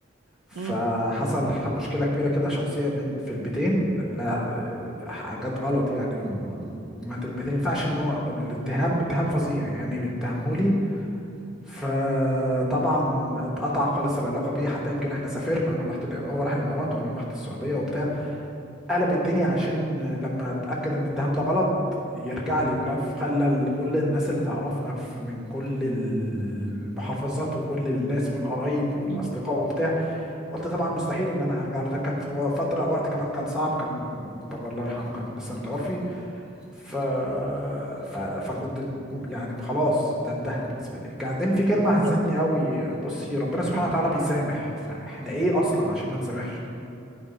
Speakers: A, in the centre; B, on the right.
A: فحصل
B: مم.
A: ح- مشكلة كبيرة كده شخصية بين في البيتين لا آه، حاجات غلط يعني و- وما ت- ما ينفعش ان هو الاتهام اتهام فظيع يعني اتهمهولي فطبعا اتقطع خالص العلاقه بيه حتى يمكن احنا سافرنا انا رحت ال- هو راح الامارات وانا رحت السعوديه وبتاع قلب الدنيا عشان لما اتاكد ان الاتهام ده غلط يرجع لي ولف خلى ال- كل الناس اللي تعرفنا في- من كل المحافظات وكل الناس والقرايب والاصدقاء
B: مم.
A: وبتاع قلت طبعا مستحيل ان انا هرجع له تاني كان في فتره وقت كمان كان صعب كان بابا الله يرحمه كان لسه متوفي ف... ف... فكنت يعني خلاص ده انتهى بالنسبه لي بعدين في كلمه هزتني
B: طب
A: قوي بصي ربنا سبحانه
B: مم.
A: وتعالى بيسامح فاحنا ايه اصلا عشان ما نسامحش